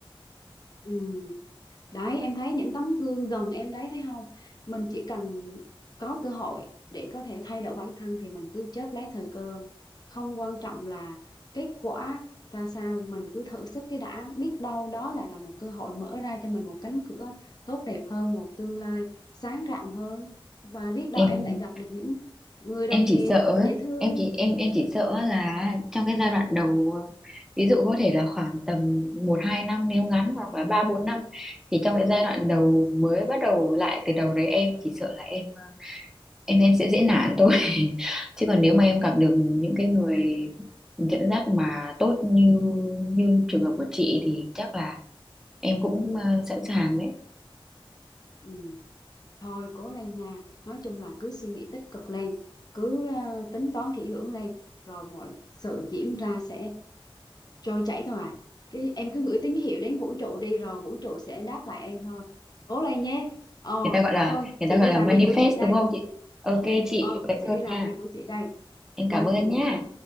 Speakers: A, on the left (about 45°); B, in the centre.
A: Ừ. Đấy em thấy những tấm gương gần em đấy thấy không mình chỉ cần có cơ hội để có thể thay đổi bản thân thì mình cứ chớp lấy thời cơ không quan trọng là kết quả ra sao mình cứ thử sức cái đã biết đâu đó lại là một cơ hội mở ra cho mình một cánh cửa tốt đẹp hơn một tương lai sáng rạng hơn và biết đâu
B: Em
A: em lại gặp được những người
B: em
A: đồng
B: chỉ
A: nghiệp
B: sợ ấy,
A: dễ thương
B: em chỉ em em chỉ sợ là trong cái giai đoạn đầu ví dụ có thể là khoảng tầm một 2 năm nếu ngắn hoặc là 3 4 năm thì trong cái giai đoạn đầu mới bắt đầu lại từ đầu đấy em chỉ sợ là em à, em em sẽ dễ nản thôi <laughs> chứ còn nếu mà em gặp được những cái người dẫn dắt mà tốt như như trường hợp của chị thì chắc là em cũng ờ, sẵn sàng đấy
A: Ừ. Thôi cố lên nha. Nói chung là cứ suy nghĩ tích cực lên, cứ ờ, tính toán kỹ lưỡng lên, rồi mọi sự diễn ra sẽ trôi chảy thôi à. Cái em cứ gửi tín hiệu đến vũ trụ đi rồi vũ trụ sẽ đáp lại em thôi. Cố lên nhé. Ờ,
B: người ta gọi là
A: thôi
B: người
A: chị
B: ta gọi
A: đi
B: là
A: làm
B: manifest
A: việc của chị đây.
B: đúng không chị ok chị
A: Ờ,
B: vậy
A: chị
B: thôi
A: đi làm
B: nha
A: việc của chị đây.
B: em
A: Ừ
B: cảm ơn
A: ừ.
B: nhá